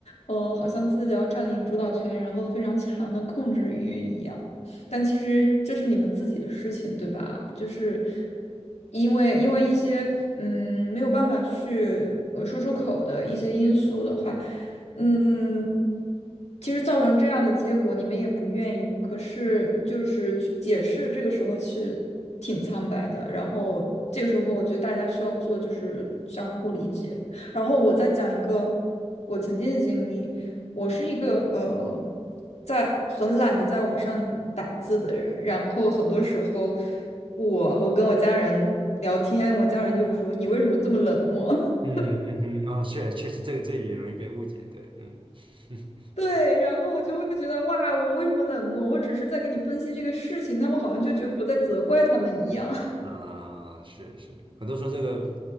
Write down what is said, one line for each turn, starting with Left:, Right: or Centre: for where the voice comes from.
Left: 嗯、好像自己要占领主导权，然后非常强的控制欲一样。但其实这是你们自己的事情，对吧？就是因为因为一些嗯没有办法去呃说出口的一些因素的话，嗯。其实造成这样的结果，你们也不愿意，可是就是去解释，这个时候是挺苍白的。然后这个时候，我觉得大家需要做就是相互理解。然后我再讲一个我曾经的经历，我是一个呃，在很懒得在网上打字的人，然后很多时候我我跟我家人聊天，我家人就说你为什么这么冷漠？<laughs>
Right: 嗯嗯哼，哦，确确实，这个这也容易被误解，对，嗯 <laughs>
Left: 对，然后我就会觉得哇，我为什么冷漠？我只是在给你分析这个事情，他们好像就觉得我在责怪他们一样。<laughs>
Right: 啊、是是，很多时候这个